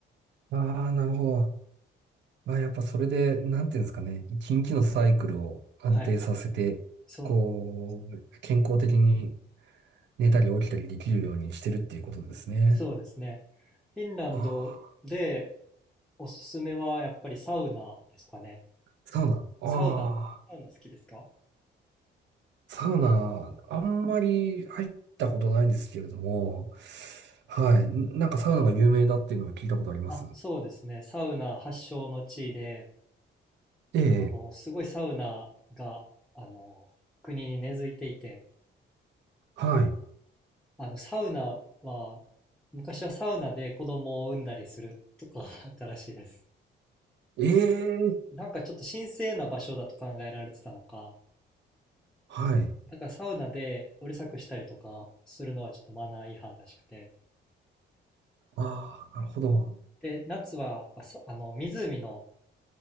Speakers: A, on the right; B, in the centre.
A: ああ、なるほど。まあ、やっぱそれで、なんていうんですかね。一日のサイクルを安定させて、
B: はい、そう、
A: こう、健康的に寝たり起きたりできるようにしてるっていうことですね。
B: そうですね。フィンランドで
A: ああ、
B: おすすめはやっぱりサウナですかね。
A: サウナ。ああ、
B: サウナ、サウナ好きですか
A: サウナ、あんまり入ったことないんですけれども、はい。んなんかサウナが有名だっていうのは聞いたことあります。
B: あ、そうですね。サウナ発祥の地で、
A: ええ、
B: あの、すごいサウナが、あの、国に根付いていて、
A: はい。
B: あの、サウナは、昔はサウナで子供を産んだりするとか <laughs> あったらしいです。
A: ええ
B: なんかちょっと神聖な場所だと考えられてたのか、
A: はい。
B: だからサウナでうるさくしたりとかするのはちょっとマナー違反らしくて。
A: ああ、なるほど。
B: で、夏はやっぱさあの、湖の